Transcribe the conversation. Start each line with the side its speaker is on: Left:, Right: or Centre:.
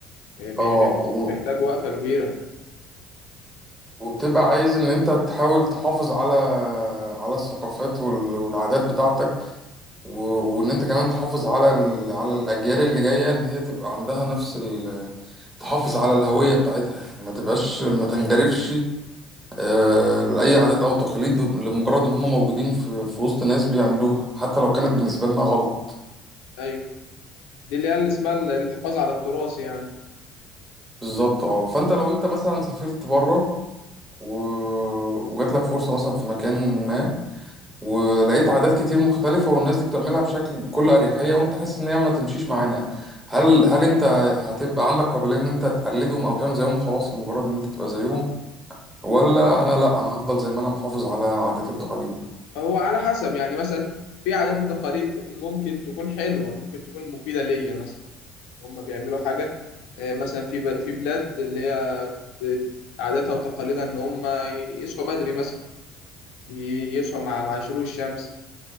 Left: آه، بي-
Right: اه
Left: بي-
Right: و-
Left: بيحتاج وقفه كبيره
Right: وبتبقى عايز إن أنت تحاول تحافظ على على الثقافات وال- والعادات بتاعتك و- وان انت كمان تحافظ على ال... على الاجيال اللي جايه ان هي تبقى عندها نفس ال... تحافظ على الهويه بتاعتها يعني ما تبقاش ما تنجرفش آه، لاي عادات او تقاليد لمجرد ان هم موجودين في... في وسط ناس بيعملوها حتى لو كانت بالنسبه لنا غلط
Left: ايوه دي اللي هي اللي اسمها ال- الحفاظ على التراث يعني
Right: بالظبط اه فانت لو انت مثلا سافرت بره و... وجات لك فرصه مثلا في مكان ما ولقيت عادات كتير مختلفة والناس دي بتعملها بشكل بكل أريحية وأنت حاسس إن هي ما تمشيش معانا هل هل أنت هتبقى عندك قابلية إن أنت تقلدهم أو تعمل زيهم وخلاص لمجرد إن أنت تبقى زيهم ولا أنا لأ أنا هفضل زي ما أنا محافظ على عاداتي وتقاليدي
Left: هو على حسب يعني مثلا في عادات وتقاليد ممكن تكون حلوه ممكن تكون مفيده ليا مثلا هم بيعملوا حاجه آه، مثلا في ب- في بلاد اللي هي بت- عاداتها وتقاليدها ان هم يصحوا بدري مثلا ي- يصحوا مع مع شروق الشمس